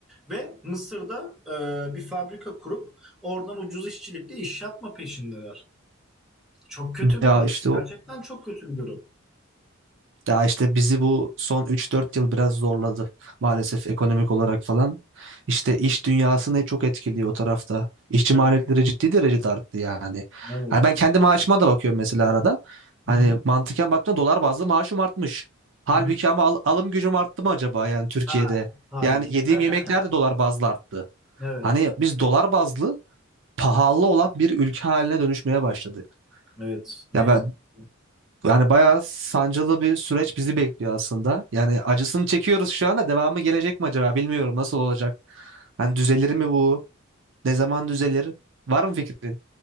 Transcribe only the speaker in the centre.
ve Mısır'da e, bir fabrika kurup oradan ucuz işçilikle iş yapma peşindeler çok kötü
bir durum
gerçekten
çok kötü bir durum
evet
evet
hı hı,
hı hı.
Ha, hayır
<laughs>
evet
evet ne
yazık
ki.